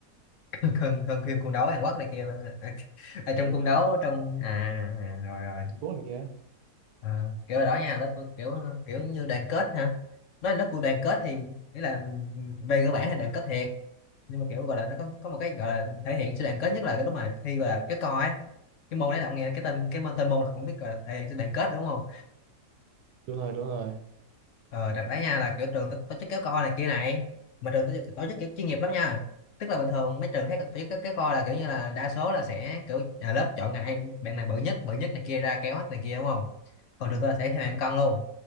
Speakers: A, on the left (about 60°); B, on the right (about 80°).
A: <laughs> hơn hơn phim cung đấu Hàn Quốc này kia luôn. À, à, <laughs> trong
B: Ừ,
A: cung
B: đúng rồi.
A: đấu trong à, à rồi rồi.
B: Trung Quốc này kia.
A: À, kiểu hồi đó nha, lớp tôi kiểu kiểu như đoàn kết hả? Nói là lớp tôi đoàn kết thì nghĩa là ừ, về cơ bản thì đoàn kết thiệt, nhưng mà kiểu gọi là nó có có một cái gọi là thể hiện sự đoàn kết nhất là cái lúc mà thi và cái co ấy. Cái môn đấy là ông nghe cái tên cái tên môn là cũng biết gọi là thể hiện sự đoàn kết rồi đúng không?
B: Đúng rồi, đúng rồi.
A: ờ, đợt đấy nha là kiểu trường tổ tổ chức kéo co này kia này mà trường tổ chức tổ chức kiểu chuyên nghiệp lắm nha tức là bình thường mấy trường khác tổ chức kéo co là kiểu như là đa số là sẽ kiểu nhà lớp chọn ngại bạn này bự nhất bự nhất này kia ra kéo hết này kia đúng không còn trường tôi là sẽ theo
B: <laughs>
A: hạng cân luôn